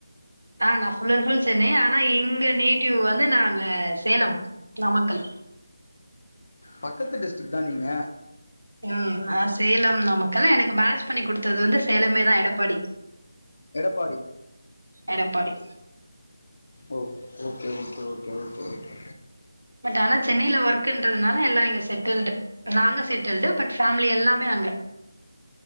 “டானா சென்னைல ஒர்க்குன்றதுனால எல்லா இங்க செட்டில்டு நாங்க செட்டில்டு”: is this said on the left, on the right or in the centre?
Right